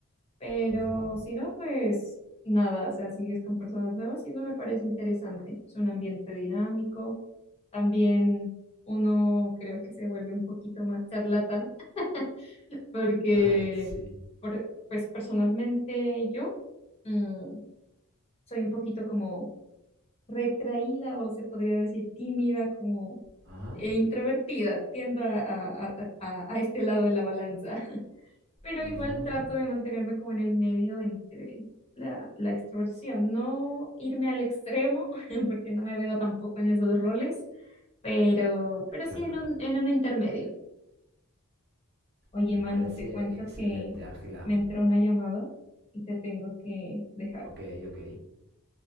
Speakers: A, on the left; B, on the right.
A: pero
B: ujú.
A: si no, pues nada, o sea, sigues con personas nuevas y eso me parece interesante. Es un ambiente dinámico, también uno creo que se vuelve un poquito más charlatán <laughs> porque,
B: <laughs> Sí.
A: por- pues personalmente yo mm, soy un poquito como retraída o se podría decir tímida, como
B: Ajá.
A: e introvertida, tiendo a, a- a- a- a este lado de la balanza, <laughs> pero
B: ujú.
A: igual trato de mantenerme como en el medio entre la, la extroversión, no irme al extremo, <laughs> porque no me veo tampoco en esos roles, pero, pero
B: Claro.
A: sí en un, en un intermedio. Oye,
B: Me
A: Manu,
B: parece
A: te cuento
B: excelente,
A: que
B: Ángela.
A: me entró una llamada y te tengo que dejar.
B: Ok, ok.